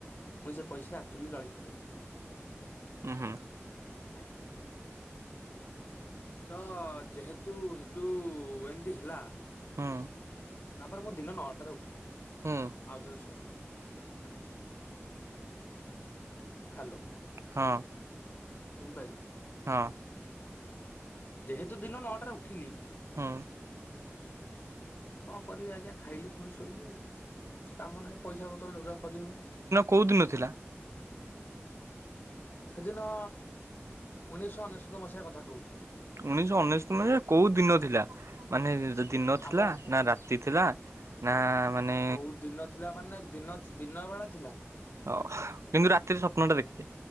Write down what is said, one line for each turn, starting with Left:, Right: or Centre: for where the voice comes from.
Left: ମୁଁ ସେ ପଇସା ଆକ୍ଚୁଲି ଜଳଖିଆ ଖାଇ ଦେଇଥିଲି।
Right: ହୁଁ ହୁଁ
Left: ଆଇ ତ ଯେହେତୁ ହେଠୁ ଏମିତି ହେଲା
Right: ହଁ
Left: ତାପରେ ମୁଁ ଦିନ ନଅଟାରେ ଉଠିଲି।
Right: ହୁଁ
Left: ଆଉଥରେ ଶୋଇଲି। ହାଲୋ।
Right: ହଁ।
Left: ବୁଝିପାଇଲି
Right: ହଁ।
Left: ଯେହେତୁ ଦିନ ନଅଟାରେ ଉଠିଲି
Right: ହଁ।
Left: କଁ କରିବି ଆଜ୍ଞା ଖାଇଲି ଫୁଣି ଶୋଇଲି ଆଉ। କାମ ନାହିଁ ପଇସା ପତ୍ର ଯୋଜନା କରି ହୋଉନି।
Right: କୋଉଦିନ ଥିଲା?
Left: ସେଦିନ ଉଣେଇଶହ ଅନେଶତ ମସିହା କଥା କହୁଛି।
Right: ଉଣେଇଶହ ଅନେଶତ ମାନେ କୋଉ ଦିନ ଥିଲା? ମାନେ ଦିନ ଥିଲା
Left: ଆପଣ ଫୁ
Right: ନା ରାତି ଥିଲା ନା ମାନେ
Left: କୋଉ ଦିନ ଥିଲା ମାନେ ଦିନ ଦିନ ବେଳା ଥିଲା।
Right: ଅ କିନ୍ତୁ ରାତିରେ ସ୍ୱପ୍ନ ଟା ଦେଖିଛି